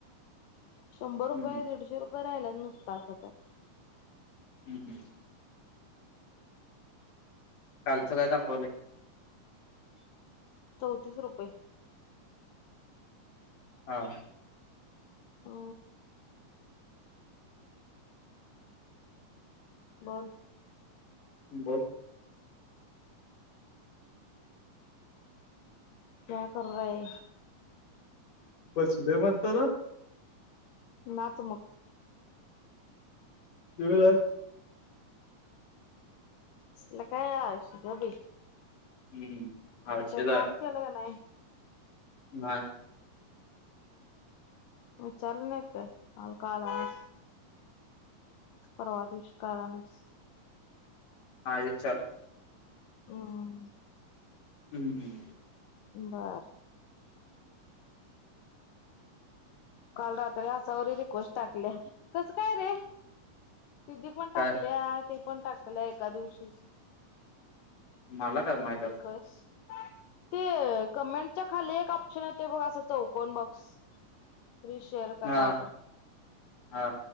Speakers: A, on the left; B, on the left.
A: शंभर
B: हम्म
A: रुपये दीडशे रुपये राहिल्यात नुसता आता त्यात
B: हम् हम्. कालचं काय दाखवलय
A: चौतीस रुपये
B: हा
A: अ बोल
B: बोल
A: क्या कर रहे?
B: बसलोय म्हनताना
A: नाच मग
B: तु नाच
A: कसलं काय आळशी क बइ
B: हम्म आळशी
A: काय काम केलं का नाय
B: नाय
A: विचारल नाइत काय काल का आला नाइस परवा दिवशी का आला नाहीस
B: नाय विचारल
A: हम
B: हम्म हम
A: बरं काल रात्री आसावरी रिक्वेस्ट टाकल्या कसं काय रे दिदी पण टाकल्या
B: काय
A: ती पण टाकल्या एका दिवशीच
B: मला काय माहित आता
A: रिक्वेस्ट ते कमेंटच्या खाली एक ऑप्शन येतो बघ असा चौकन बॉक्स रि शेअर का
B: हा
A: काय तर
B: हा